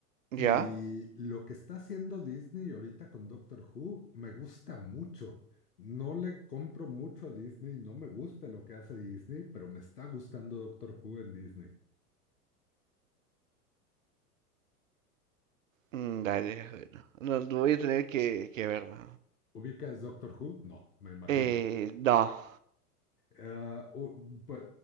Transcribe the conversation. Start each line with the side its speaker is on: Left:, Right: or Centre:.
Right: ¿Ya?
Left: y lo que está haciendo Disney ahorita con Doctor Who me gusta mucho. No le compro mucho a Disney, no me gusta lo que hace Disney, pero me está gustando Doctor Who en Disney.
Right: Mm, dale, bueno. No, no voy a tener que, que verlo.
Left: ¿Ubicas Doctor Who? No, me imagino.
Right: Eh, no.
Left: Ah, u- pues,